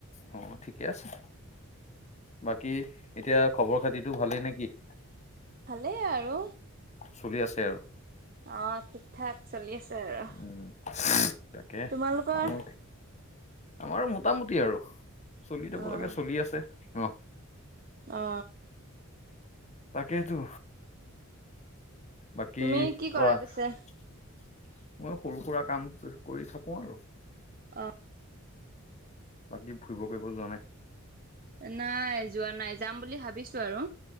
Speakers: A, on the left; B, on the right.
A: আহ ঠিকেই আছে। বাকী এতিয়া খবৰ খাতিটো ভালেই নেকি?
B: ভালেই আৰু।
A: চলি আছে আৰু।
B: অ, ঠিক-ঠাক চলি আছে। আৰু
A: উম তাকে
B: তোমালোকৰ?
A: আৰু আমাৰো মোটামুটি আৰু চলি যাব
B: অ'।
A: লাগে চলি আছে। অ।
B: অ।
A: তাকেইটো, বাকী
B: তুমি কি কৰা
A: কোৱা।
B: পিছে?
A: মই সৰু-সুৰা কাম কৰি থাকো আৰু।
B: অ।
A: বাকী ফুৰিব কৰিব যোৱা নাই?
B: নাই যোৱা নাই, যাম বুলি ভাবিছো আৰু।